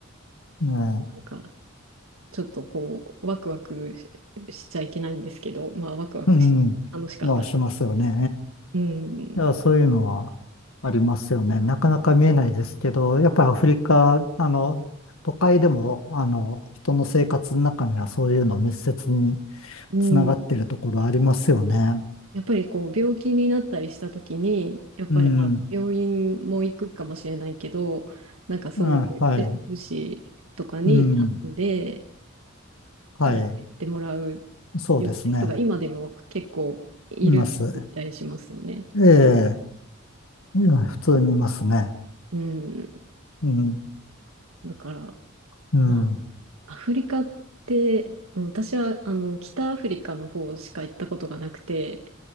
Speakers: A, on the left (about 80°); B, on the right (about 80°).
A: ええ、
B: なんか、ちょっとこう、ワクワクし、しちゃいけないんですけど、まあ、ワクワクし、
A: うん。
B: 楽しかったです。
A: まあ、しますよね。
B: うん、
A: いや、そういうのはありますよね。なかなか見えないですけど、やっぱりアフリカ、あの、都会でも、あの、人の生活の中にはそういうの密接に
B: うん
A: つながってるところありますよね。
B: やっぱりこう病気になったりした時にやっぱりまあ病院も行くかもしれないけどなんかそういう呪術師とかに頼んで
A: うん、うん、はい、うん、はい、
B: なんかやってもらう
A: そうですね。
B: ような人が今でも結構いるみたりしますよね。
A: います。ええ、いや普通にいますね。
B: うん、
A: うん、
B: だから
A: うん、
B: まあアフリカってうん私はあの北アフリカの方しか行ったことがなくて